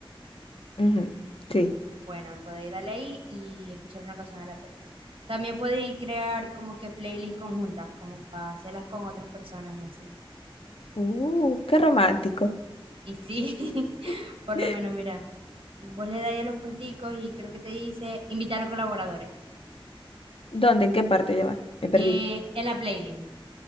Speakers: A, on the left; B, on the right.
A: Ujú, Sí.
B: Bueno, podéis darle ahí y escuchar una canción aleatoria. También podéis crear como que playlists conjuntas, como para hacerlas con otras personas y así.
A: Uh, qué romántico.
B: Y sí, <laughs>
A: <laughs>
B: por lo menos, mira, vos le dais a los punticos y creo que te dice invitar a colaboradores.
A: ¿Dónde? ¿En qué parte lleva? Me perdí.
B: Eh, en la playlist,